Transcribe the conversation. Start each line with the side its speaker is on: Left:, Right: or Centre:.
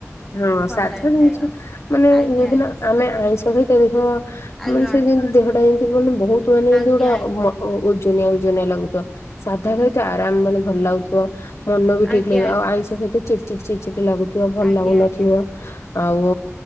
Left: ହଁ,
Centre: ଭଲ
Left: ସାଧା
Centre: ଲାଗେ
Left: ଜିନିଷ
Centre: ଖାଇବାକୁ।
Left: ମାନେ
Centre: ଆଜ୍ଞା
Left: ଯୋଉଦିନ ଆମେ ଆଇଁଷ ଖାଇଥିବା ଦେଖିବ,
Centre: ଆଜ୍ଞା
Left: ମାନେ ସେ ଯେମିତି ଦେହଟା ଯେମିତି ମାନେ ବହୁତ ମାନେ ଯେମିତି
Centre: ଆଜ୍ଞା
Left: ଗୋଟେ
Centre: ଆଜ୍ଞା
Left: ଓ ଓଜନିଆ ଓଜନିଆ ଲାଗୁଥିବ, ସାଧା ଖାଇଥିବ ଆରାମ ମାନେ ଭଲ ଲାଗୁଥିବ। ମନ ବି ଠିକ୍
Centre: ଆଜ୍ଞା ଆଜ୍ଞା
Left: ଲାଗିବ,
Centre: ଆଜ୍ଞା।
Left: ଆଇଁଷ ଖାଇଥିବ ଚିଡ ଚି ଚିଡ ଚି ଲାଗୁଥିବ ଭଲ
Centre: ଆଜ୍ଞା
Left: ଲାଗୁନଥିବ।
Centre: ଆଜ୍ଞା
Left: ଆଉ